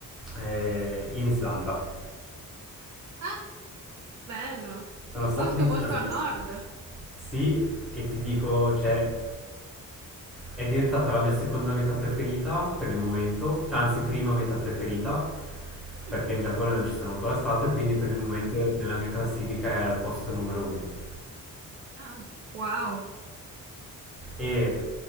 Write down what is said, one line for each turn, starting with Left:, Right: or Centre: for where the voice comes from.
Centre: eh, in Islanda.
Right: Ah, bello.
Centre: Sono stato
Right: Molto,
Centre: in Islanda.
Right: molto a nord.
Centre: Sì, e ti dico, cioè, è diventata la mia seconda meta preferita per il momento, cioè, anzi, prima meta preferita, perché
Right: Mm.
Centre: in Giappone non ci sono ancora stato e quindi per il momento nella mia classifica è al posto numero uno.
Right: Ah, wow.
Centre: E